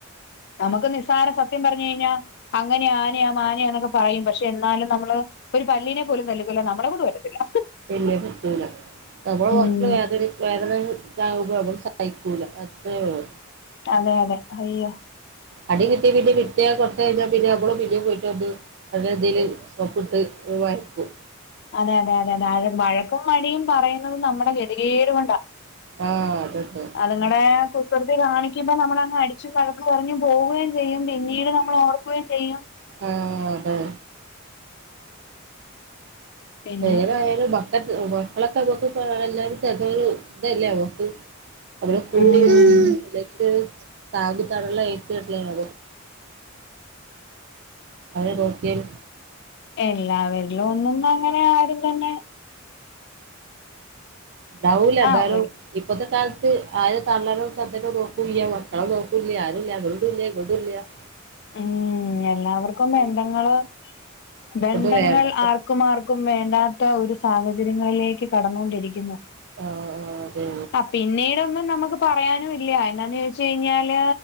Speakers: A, on the left; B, on the right.
A: നമുക്ക് നിസ്സാരം സത്യം പറഞ്ഞു കയിഞ്ഞാ അങ്ങനെ ആനയാ മാനെയാ എന്നൊക്കെ പറയും പക്ഷെ എന്നാലും നമ്മള് ഒരു പല്ലീനെ പോലും തല്ലിക്കൊല്ലാൻ നമ്മളെകൊണ്ട് പറ്റത്തില്ല
B: ഇല്ല്യ പറ്റൂല നമ്മൾ
A: ഉം
B: മക്കള് വേദനി വേറെ താവുമ്പം നമക്ക് സഹിക്കൂല അത്രയുള്ളൂ
A: അതെ അതെ അയ്യോ
B: അടി കിട്ടി കിട്ടി കിട്ടിയാ കുറച്ച് കഴിഞ്ഞാ പിന്നേം നമ്മൾ പിന്നേം പോയിട്ട് അത് അതതിൽ സോപ്പിട്ട് മയക്കും
A: അതെ അതെ അതെ അതെഴ വഴക്കും വടിയും പറയുന്നത് നമ്മുടെ ഗതികേട് കൊണ്ടാ
B: ആഹ അതതെ
A: അതുങ്ങടെ കുസൃതി കാണിക്കുമ്പോ നമ്മൾ അങ്ങ് അടിച്ചു വഴക്ക് പറഞ്ഞും പോവുകയും ചെയ്യും പിന്നെ പിന്നീട്ട് നമ്മൾ ഓർക്കുകയും ചെയ്യും
B: ആ അതെ
A: പിന്നെ
B: എങ്ങനെയായാലും മക്കത് മക്കളൊക്കെ നമക്ക് എല്ലാരും ചെതരു ഇതല്ലേ നമ്മക്ക് അവടെ <unintelligible>
A: ഉം
B: താങ്ങും തണലായിട്ടല്ലേ <unintelligible> അവരെ നോക്കിയാൽ
A: എല്ലാവരിലും ഒന്നന്ന് അങ്ങനെ ആരും തന്നെ
B: ണ്ടാവൂല ന്തെയാലും
A: ആ ഒരു
B: ഇപ്പത്തെ കാലത്ത് ആര് തള്ളനോ തന്തനോ നോക്കൂല്ല മക്കളെ നോക്കൂല്ല ആരുല്ല അങ്ങട്ടും ഇല്ല ഇങ്ങട്ടൂല്ല <inaudible>
A: ഉം എല്ലാവർക്കും ബന്ധങ്ങള്
B: ഇപ്പൊ
A: ബന്ധങ്ങൾ
B: അത് വേണ്ട
A: ആർക്കും ആർക്കും വേണ്ടാത്ത ഒരു സാഹചര്യങ്ങളിലേക്ക് കടന്നൊണ്ടിരിക്കുന്നു
B: ആ ആ അതെ
A: പിന്നീടൊന്നും നമുക്ക് പറയാനുല്ല എന്താന്ന് ചോയ്ച്ച്കഴിഞ്ഞാല്